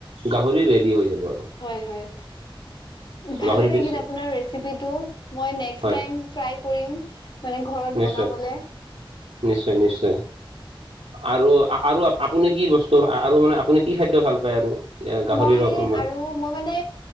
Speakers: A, on the right; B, on the left.
A: গাহৰি ৰেডি হৈ যাব আৰু,
B: হয় হয়! ভালে
A: গাহৰি
B: লাগিলে
A: ডিছ
B: আপোনাৰ ৰেচিপিটো, মই নেক্স
A: হয়
B: টাইম ট্ৰাই কৰিম! মানে ঘৰত
A: নিশ্চয়
B: বনাবলে,
A: নিশ্চয় নিশ্চয় আৰু আৰু আপুনি কি বস্তু, ত' আৰু মানে আপুনি কি খাদ্য ভাল পায় আৰু, গাহৰিৰ
B: মই
A: মানে
B: আৰু মই মানে